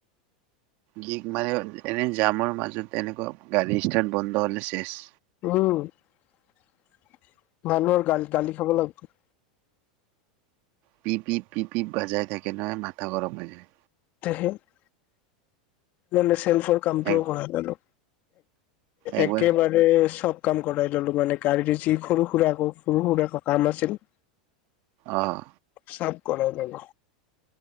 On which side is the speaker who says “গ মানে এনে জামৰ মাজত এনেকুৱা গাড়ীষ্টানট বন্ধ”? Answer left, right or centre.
Right